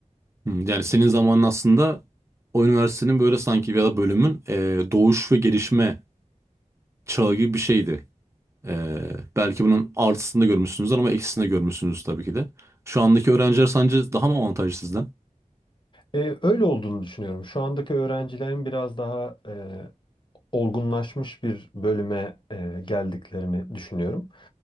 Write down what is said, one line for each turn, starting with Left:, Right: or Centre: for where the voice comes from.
Right: Hmm, Yani senin zamanın aslında o üniversitenin böyle sanki ya da bölümün eee, doğuş ve gelişme çağı gibi bir şeydi. Ee, belki bunun artısını da görmüşsünüzdür ama eksisini de görmüşsünüz tabii ki de. Şu andaki öğrenciler sence daha mı avantajlı sizden?
Left: E, öyle olduğunu düşünüyorum. Şu andaki öğrencilerin biraz daha e, olgunlaşmış bir bölüme e, geldiklerini düşünüyorum.